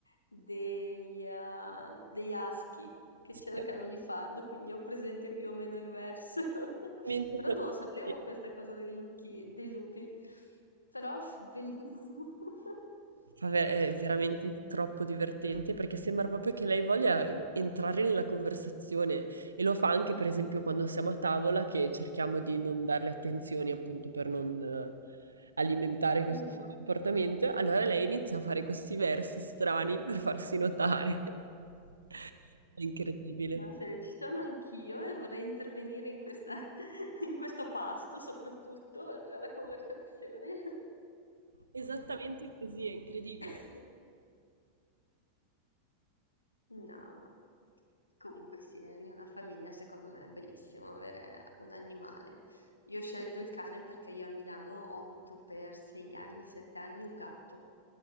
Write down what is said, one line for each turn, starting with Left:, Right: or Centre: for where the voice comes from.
Left: degli, ehm, degli husky che
Right: Sì.
Left: cercano di farlo, quindi ho presente più o meno il verso. <laughs>
Right: Esattamente
Left: Però
Right: quello
Left: non lo sapevo
Right: che-
Left: questa cosa dei luchi- dei lupi. Però f- bellissimo. <laughs>
Right: Fa ver- è veramente troppo divertente perché sembra proprio che lei voglia entrare nella conversazione e lo fa anche, per esempio, quando siamo a tavola che cerchiamo di non darle attenzioni appunto per non eh, alimentare questo
Left: Mhm.
Right: suo comportamento. Allora lei inizia a fare questi versi strani per farsi notare. <laughs> È incredibile.
Left: No, se ci sono anch'io e vorrei intervenire in questa, <laughs> in questo pasto, soprattutto, oltre alla conversazione.
Right: Esattamente così, è incredibile.
Left: <laughs> No, ma comunque sì, eh, in una famiglia secondo me è bellissimo avere un animale. Io ho scelto il cane perché io a Milano ho avuto per sei anni, sette anni un gatto,